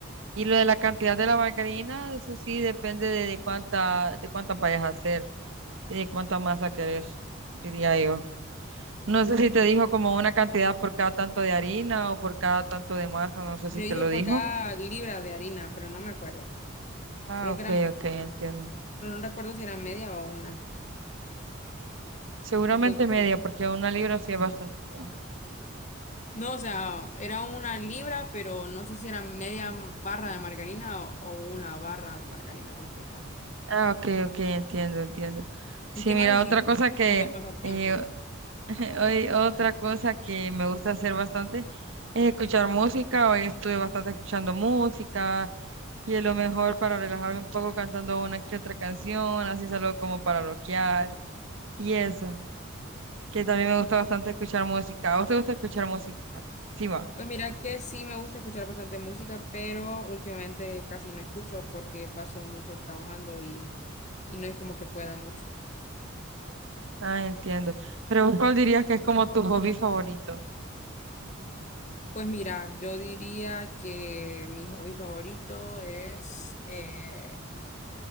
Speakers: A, on the right (about 70°); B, on the left (about 35°).
A: Y lo de la cantidad de la margarina, eso sí depende de, de cuánta, de cuántas vayas a hacer y de cuánta masa querés, diría yo. No sé si te dijo como una cantidad por cada tanto de harina o por cada tanto de masa, no sé
B: Me
A: si te
B: dijo
A: lo dijo.
B: por cada libra de harina, pero no me acuerdo.
A: Ah,
B: Creo
A: ok,
B: que era mucho,
A: ok, entiendo.
B: pero no recuerdo si era media o una.
A: Seguramente
B: Entonces,
A: media, porque una libra sí es bastantito.
B: no, o sea, era una libra, pero no sé si era media barra de margarina o o una barra de margarina completa.
A: Ah, ok, ok, entiendo, entiendo. Sí,
B: ¿Y ¿Qué
A: mira,
B: más hiciste
A: otra cosa que,
B: como de pasatiempo?
A: eh, <laughs> hoy, otra cosa que me gusta hacer bastante es escuchar música. Hoy estuve bastante escuchando música Y es lo mejor para relajarme un poco cantando una que otra canción, así solo como para bloquear. Y eso, que también me gusta bastante escuchar música. ¿A vos te gusta escuchar música? Sí, va.
B: Pues mira que sí me gusta escuchar bastante música, pero últimamente casi no escucho porque paso mucho trabajando y, y no es como que pueda mucho.
A: Ah, entiendo. Pero vos, ¿cuál dirías que es como tu hobby favorito?
B: Pues mira, yo diría que mi hobby favorito es eh,